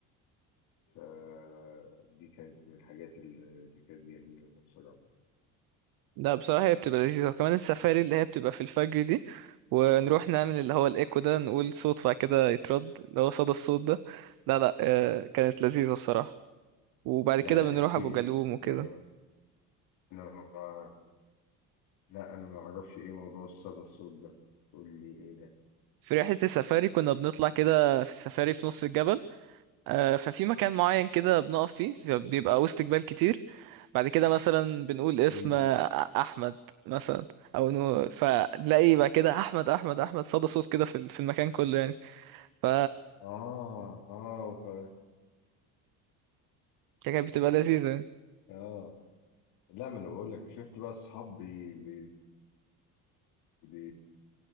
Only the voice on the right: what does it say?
لا بصراحة هي بتبقى لذيذة وكمان السفاري اللي هي بتبقى في الفجر دي ونروح نعمل اللي هو الإيكو ده نقول صوت بعد كده يترد اللي هو صدى الصوت ده لا لا آه، كانت لذيذة بصراحة وبعد
كده
بنروح
أبو
جالوم وكده
في رحلة السفاري كنا بنطلع كده في السفاري في نص الجبل آه، ففي مكان معين كده بنقف فيه بيبقى وسط جبال كتير بعد كده مثلا بنقول اسم
آه، أحمد مثلا أو نو فنلاقي بقى كده أحمد أحمد أحمد صدى صوت كده في ال- في المكان كله يعني ف
كانت بتبقى لذيذة يعني.